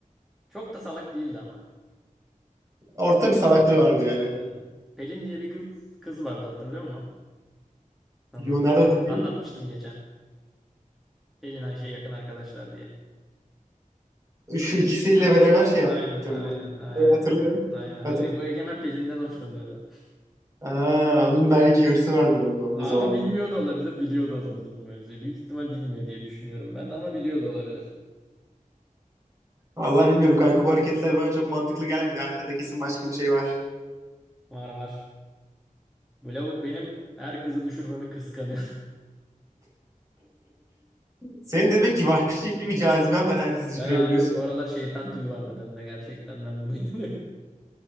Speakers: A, in the centre; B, on the right.
A: Çok da salak değildi ama.
B: Orta bir salaklığı vardı yani.
A: Hı. Pelin diye bir kız kız vardı hatırlıyor musun? Anlatmıştım.
B: Yo nereden takayım?
A: Anlatmıştım geçen. Pelin Ayşe yakın arkadaşlar diye.
B: Şu ikisiyle beraber şey yaptım
A: Aynen aynen
B: mı?
A: aynen.
B: Evet, hatırlıyorum.
A: Aynen.
B: Hatırlıyorum.
A: E, Bu Egemen Pelin'den hoşlanıyordu.
B: Aa, onun belki hırsı vardır onda o
A: Ama
B: zaman.
A: bilmiyor da olabilir, biliyor da olabilir bu mevzuyu. Büyük ihtimal bilmiyor diye düşünüyorum ben ama biliyor da olabilir.
B: Vallahi bilmiyorum kanka bu hareketler bana çok mantıklı gelmedi. Arkada kesin başka bir şey var.
A: Var var. Bu lavuk benim her kızı düşürmemi kıskanıyor.
B: Senin demek ki vahşi bir caziben var her kızı düşürebiliyorsun.
A: Ben abi yok o aralar şeytan tüyü vardı bende gerçekten ben buna inanıyorum. <laughs>